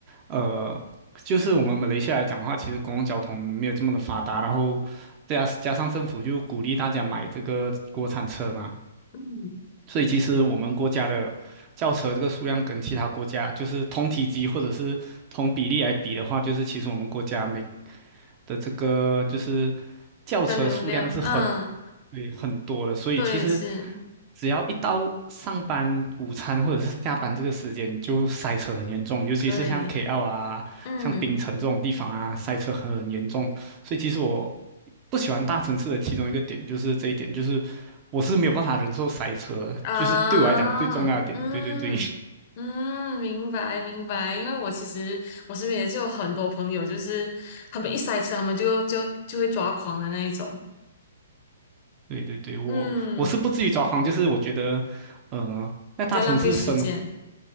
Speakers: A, on the right; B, on the left.
A: 呃，就是我们马来西亚来讲的话，其实公共交通没有这么的发达，然后再加加上政府就鼓励大家买这个国产车嘛，
B: 嗯。
A: 所以其实我们国家的轿车这个数量跟其他国家就是同体积或者是同比例来比的话，就是其实我们国家每的这个就是轿车数量是很
B: 它流量，嗯。
A: 对很多的，所以其实
B: 对，是，
A: 只要一到上班、午餐或者是下班这个时间，就塞车很严重，尤其是像
B: 对，
A: KL 啊、
B: 嗯，
A: 像槟城这种地方啊，塞车很严重。所以其实我不喜欢大城市的其中一个点就是这一点，就是我是没有办法忍受塞车的，
B: 啊，
A: 就是对我来讲最重要的点。
B: 嗯，
A: 对对对。<laughs>
B: 嗯，明白，明白。因为我其实我身边也是有很多朋友，就是他们一塞车，他们就就就会抓狂的那一种。
A: 对对对，我我是不至于抓狂，
B: 嗯，
A: 就是我觉得，呃，在大城市生
B: 在浪费时间。